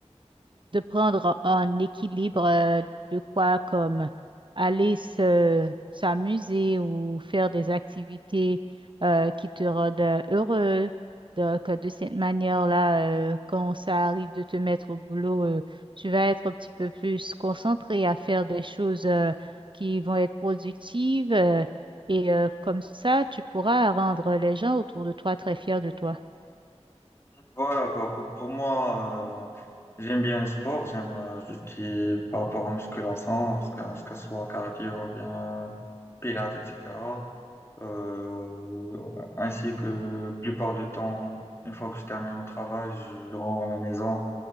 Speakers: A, on the right; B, on the left.
A: de prendre en équilibre euh, de quoi comme aller se s'amuser ou faire des activités euh, qui te rendent euh, heureux. Donc, euh, de cette manière-là, euh, quand ça arrive de te mettre au boulot, euh, tu vas être un petit peu plus concentré à faire des choses euh, qui vont être productives euh, et euh, comme ça, tu pourras rendre les gens autour de toi très fiers de toi.
B: Voilà, quoi. Pour, pour moi, euh, j'aime bien le sport, j'aime euh, tout ce qui est par rapport à musculation, ce que ce que ce soit cardio, bien pilates, etc. Euh, ainsi que plupart du temps, une fois que je termine mon travail, je rentre à la maison.